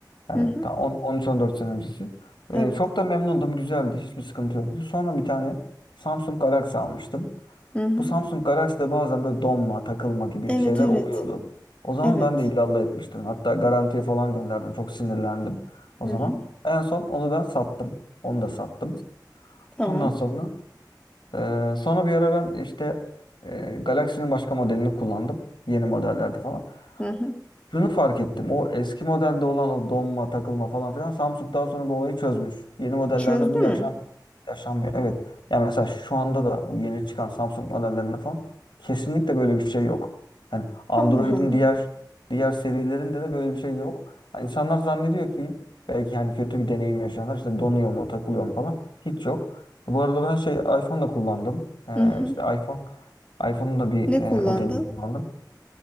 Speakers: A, on the left; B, on the left.
A: Yani
B: hı hı.
A: ta 10 13-14 sene öncesi. Ee,
B: Evet.
A: çok da memnundum. Güzeldi. Hiçbir sıkıntı yoktu. Sonra bir tane Samsung Galaxy almıştım.
B: Hı hı.
A: Bu Samsung Galaxy'de bazen böyle donma, takılma gibi
B: Evet
A: şeyler
B: evet.
A: oluyordu. O zaman
B: Evet.
A: ben de illallah etmiştim. Hatta garantiye falan gönderdim. Çok sinirlendim o
B: Hı
A: zaman.
B: hı.
A: En son onu ben sattım. Onu da sattım.
B: Tamam.
A: Ondan sonra ee, sonra bir ara ben işte e, Galaxy'nin başka modelini kullandım. Yeni modellerde falan.
B: Hı hı.
A: Şunu fark ettim. O eski modelde olan o donma, takılma falan filan Samsung daha sonra bu olayı çözmüş. Yeni modellerde
B: Çözdü
A: bu
B: mü?
A: yaşam yaşanmıyor. Evet. Ya mesela şu anda da bu yeni çıkan Samsung modellerinde falan kesinlikle böyle bir şey yok. Yani Android'in
B: Allah Allah.
A: diğer diğer serilerinde de böyle bir şey yok. Ha, insanlar zannediyor ki belki hani kötü bir deneyim yaşayanlar işte donuyor mu, takılıyor mu falan. Hiç yok. Bu arada ben şey iPhone da kullandım. Ee,
B: Hı hı.
A: işte iPhone iPhone'un da bir
B: Ne
A: e,
B: kullandın?
A: modelini kullandım.